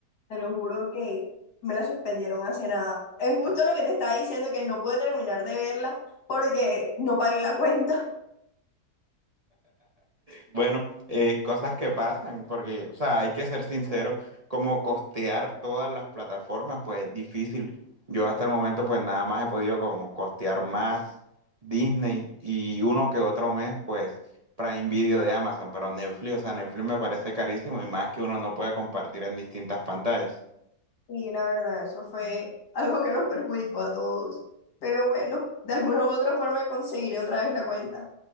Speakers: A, on the left (about 75°); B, on the right (about 30°).
A: Te lo juro que me la suspendieron hace nada. Es justo lo que te estaba diciendo que no pude terminar de verla porque no pagué la cuenta. <laughs>
B: Bueno, eh, cosas que pasan, porque, o sea, hay que ser sincero, como costear todas las plataformas, pues es difícil. Yo hasta el momento, pues, nada más he podido como costear más Disney y uno que otro mes, pues, Prime Video de Amazon, pero Netflix, o sea, Netflix me parece carísimo y más que uno no puede compartir en distintas pantallas.
A: Y la verdad, eso fue algo que nos perjudicó a todos. Pero bueno, de alguna u otra forma conseguiré otra vez la cuenta.